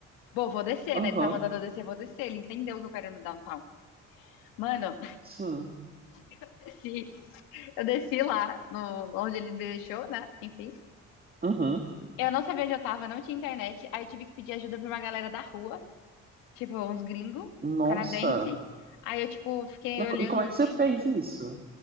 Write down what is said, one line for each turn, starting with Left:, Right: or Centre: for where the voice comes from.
Left: Bom, vou descer,
Right: Aham,
Left: né? Ele tá mandando eu descer, vou descer. Ele entendeu que eu quero ir no downtown. Mano,
Right: sim.
Left: <laughs> eu desci. Eu desci lá, no, onde ele me deixou, né? Enfim.
Right: Uhum.
Left: Eu não sabia onde eu tava, não tinha internet. Aí eu tive que pedir ajuda pra uma galera da rua. Tipo, uns gringos,
Right: Nossa.
Left: canadense. Aí eu, tipo, fiquei
Right: Mas
Left: olhando
Right: co- E como é
Left: assim.
Right: que você fez isso?